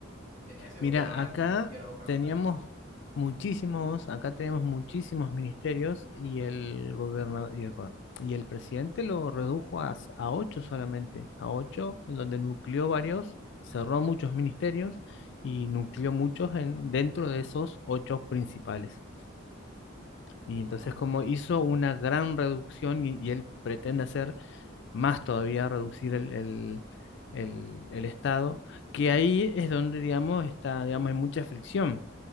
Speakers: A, on the right; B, on the left.
A: tenía ese
B: Mira,
A: gobierno grande
B: acá
A: y ahora busca lo
B: teníamos
A: contrario.
B: muchísimos, acá tenemos muchísimos ministerios y el gobernador y el, gober- y el presidente lo redujo a, s- a ocho solamente, a ocho, en donde nucleó varios, cerró muchos ministerios y nucleó muchos en, dentro de esos ocho principales. Y
A: Ujú,
B: entonces como hizo una gran reducción y, y él pretende hacer más todavía reducir el, el- el- el Estado, que ahí es donde, digamos, está, digamos, hay mucha fricción,